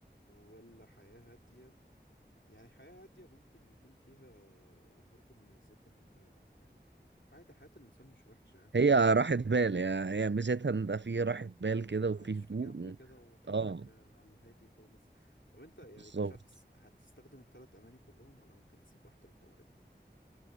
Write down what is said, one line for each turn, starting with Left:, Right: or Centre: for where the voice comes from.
Left: ولا حياة هادية يعني حياة هادية ممكن يكون فيها برضو ميزات ان انت يعني عادي حياة الإنسان مش وحشة يعني
Right: هي راحة بال يعني هي ميزتها ان ده فيه راحة
Left: اه
Right: بال كده وفيه
Left: عايش
Right: هدوء
Left: في جنب
Right: و...
Left: كده وحالتك
Right: اه
Left: آه، على الهادي خالص طب انت يعني
Right: بالظبط
Left: كشخص هتستخدم الثلاث أماني كلهم ولا ممكن تسيب واحدة للطوارئ